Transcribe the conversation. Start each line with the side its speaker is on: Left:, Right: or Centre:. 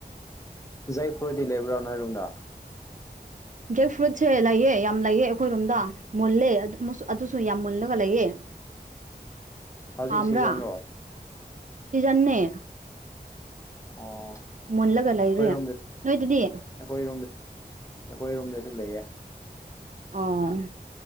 Left: ꯖꯦꯛ ꯐ꯭ꯨꯔꯗꯤ ꯂꯩꯕ꯭ꯔꯥ ꯅꯣꯏꯔꯣꯝꯗ꯫
Right: ꯖꯦꯛ ꯐ꯭ꯔꯨꯏꯠꯁꯦ ꯂꯩꯑꯦ ꯌꯥꯝ ꯂꯩꯑꯦ ꯑꯩꯈꯣꯏꯔꯣꯝꯗ ꯃꯨꯜꯂꯦ ꯑꯗꯨ ꯃꯨꯁꯨ ꯑꯗꯨꯁꯨ ꯌꯥꯝ ꯃꯨꯜꯂꯒ ꯂꯩꯌꯦ꯫
Left: ꯍꯧꯖꯤꯛ
Right: ꯄꯥꯝꯕ꯭ꯔꯥ
Left: ꯁꯤꯖꯟꯔꯣ
Right: ꯁꯤꯖꯟꯅꯦ
Left: ꯑꯣ꯫
Right: ꯃꯨꯜꯂꯒ ꯂꯩꯔꯦ
Left: ꯑꯩꯈꯣꯏꯔꯣꯝꯗ
Right: ꯅꯣꯏꯗꯗꯤ꯫
Left: ꯑꯩꯈꯣꯏꯔꯣꯝꯗ ꯑꯩꯈꯣꯏꯔꯣꯝꯗꯁꯨ ꯂꯩꯌꯦ
Right: ꯑꯣ